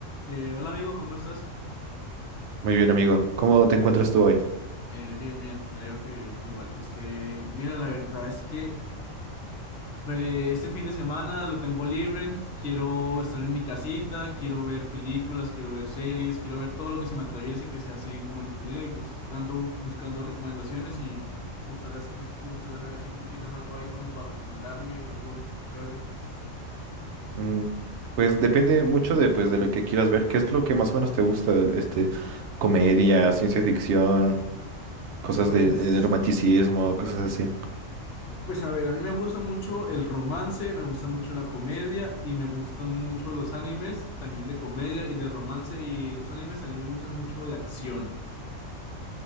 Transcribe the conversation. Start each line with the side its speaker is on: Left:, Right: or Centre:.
Left: Eh, hola amigo, ¿cómo estás?
Right: Muy bien, amigo. ¿Cómo te encuentras tú hoy?
Left: Eh, bien, bien, me alegro que tú igual. Este, mira, la verdad es que eh, este fin de semana lo tengo libre, quiero estar en mi casita, quiero ver películas, quiero ver series, quiero ver todo lo que se me atraviese, que sea así como entretenido y pues ando buscando recomendaciones y me gustaría, me me gustaría saber si tú tienes algo ahí como para recomendarme, algo chévere.
Right: Mm, Pues depende mucho de, pues, de lo que quieras ver. ¿Qué es lo que más o menos te gusta? Este, comedia, ciencia ficción, cosas
Left: Pues
Right: de, eh, romanticismo, cosas así.
Left: Pues a ver, a mí me gusta mucho el romance, me gusta mucho la comedia y me gustan mucho los animes, también de comedia y de romance y los animes también me gustan mucho de acción.